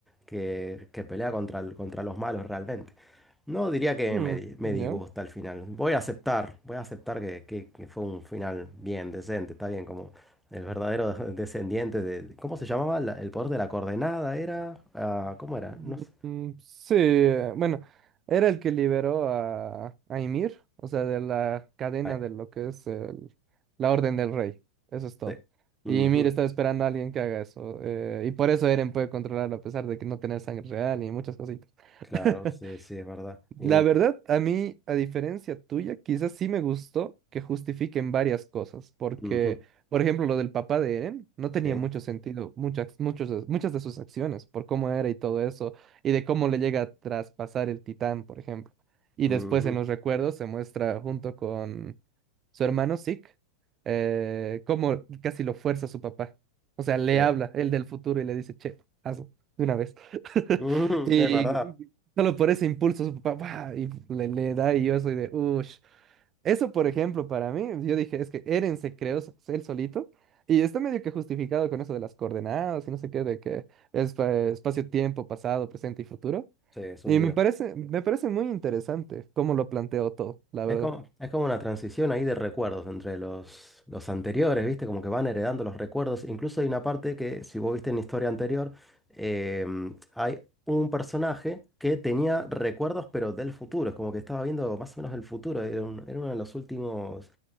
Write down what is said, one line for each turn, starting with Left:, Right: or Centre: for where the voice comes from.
Centre: que, que pelea contra, el- contra los malos realmente. No diría que
Right: Mm,
Centre: me, di- me
Right: ¿ya?
Centre: disgusta al final. Voy a aceptar, voy a aceptar que, que- que fue un final bien, decente, está bien, como el verdadero <laughs> descendiente de... ¿Cómo se llamaba? La- el poder de la coordenada era... ah, ¿cómo era?
Right: Mm,
Centre: No sé.
Right: Sí, eh, bueno, era el que liberó a, a Ymir, o sea, de la cadena
Centre: Ay,
Right: de lo que es el- la Orden del Rey, eso es todo.
Centre: sí. Ujú.
Right: Y Ymir estaba esperando a alguien que haga eso, eh, y por eso Eren puede controlarlo a pesar de que no tener sangre real y muchas cositas.
Centre: Claro,
Right: <laughs>
Centre: sí, sí, es verdad. Y-
Right: La verdad, a mí, a diferencia tuya, quizás sí me gustó que justifiquen varias cosas, porque,
Centre: ujú,
Right: por ejemplo, lo del papá de Eren no tenía
Centre: sí.
Right: mucho sentido, muchas, muchos, de- muchas de sus acciones, por cómo era y todo eso, y de cómo le llega a traspasar el titán, por ejemplo. Y
Centre: Ujú,
Right: después en los recuerdos se muestra junto con su hermano Zeke, eh, cómo casi lo fuerza su papá. O sea, le
Centre: Sí,
Right: habla, él del futuro, y le dice, che, hazlo, de una vez.
Centre: ujú,
Right: <laughs> Y
Centre: es verdad.
Right: Solo por ese impulso su papá ¡guau! y le, le da y yo soy de uff. Eso, por ejemplo, para mí, yo dije, es que Eren se creó s- él solito y está medio que justificado con eso de las coordenadas y no sé qué, de que es eh, espacio-tiempo, pasado, presente y futuro.
Centre: Sí, es un
Right: Y
Centre: lío.
Right: me parece, me parece muy interesante cómo lo planteó todo, la
Centre: Es
Right: verdad.
Centre: como, es como una transición ahí de recuerdos entre los, los anteriores, ¿viste? Como que van heredando los recuerdos. Incluso hay una parte que, si vos viste en la historia anterior, em, hay un personaje que tenía recuerdos, pero del futuro. Es como que estaba viendo más o menos el futuro. Era, un- era uno de los últimos